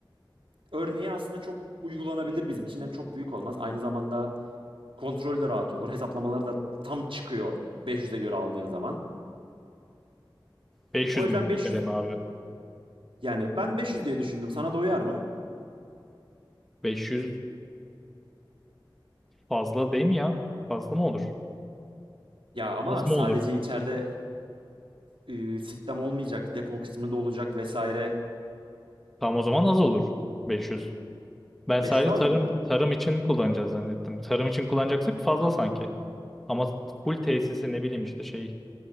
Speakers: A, on the right; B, in the centre.
A: örneği aslında çok uygulanabilir bizim için. Hem çok büyük olmaz. Aynı zamanda Kontrolü de rahat olur. Hesaplamaları da tam çıkıyor 500'e göre aldığın zaman.
B: 500
A: O yüzden
B: metrekare
A: 500
B: mi abi?
A: yani ben 500 diye düşündüm. Sana da uyar mı?
B: 500 fazla değil mi ya? Fazla mı olur?
A: Ya ama
B: Az mı
A: sadece
B: olur?
A: içeride e, sistem olmayacak, depo kısmı da olacak vesaire.
B: Tam o zaman az olur. 500. Ben sadece
A: 500 az
B: tarım
A: mı olur?
B: tarım için kullanacağız zannettim. Tarım için kullanacaksak fazla sanki. Ama full tesisi ne bileyim işte şey